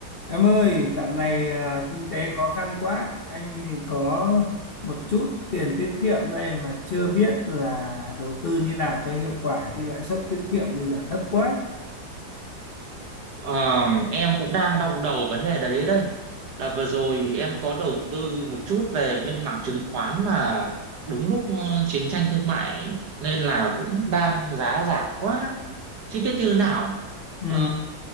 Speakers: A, on the left (about 50°); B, on the right (about 60°).
A: Em ơi, dạo này à, kinh tế khó khăn quá, anh có một chút tiền tiết kiệm đây mà chưa biết là đầu tư như nào cho hiệu quả chứ lãi suất tiết kiệm bây giờ thấp quá.
B: Ờ, em cũng đang đau đầu vấn đề đấy đây. Là vừa rồi em có đầu tư một chút về bên mảng chứng khoán mà đúng lúc ờ, chiến tranh thương mại nên là cũng đang giá giảm quá, chứ biết như nào.
A: Ừ.
B: Ờ,